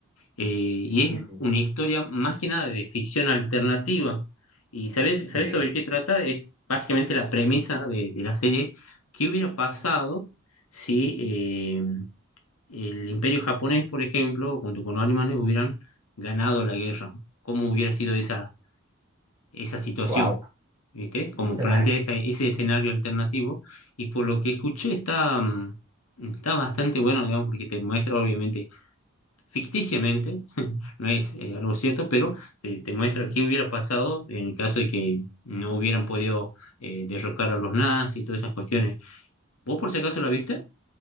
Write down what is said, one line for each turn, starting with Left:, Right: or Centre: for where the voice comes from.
Left: Eh, y
Right: sí,
Left: es una historia más que nada de ficción alternativa. ¿Y sabes, sabes
Right: sí.
Left: sobre qué trata? Es básicamente la premisa de, de la serie. ¿Qué hubiera pasado si eh, el imperio japonés, por ejemplo, junto con los alemanes, hubieran ganado la guerra? ¿Cómo hubiera sido esa, esa situación?
Right: Wow.
Left: ¿viste? Como
Right: Claro.
Left: plantea esa- ese escenario alternativo, y por lo que escuché está, mm, está bastante bueno, digamos, porque te muestra obviamente ficticiamente, <laughs> no es eh, algo cierto, pero te, te muestra qué hubiera pasado en el caso de que no hubieran podido eh, derrocar a los nazis y todas esas cuestiones. ¿Vos por si acaso la viste?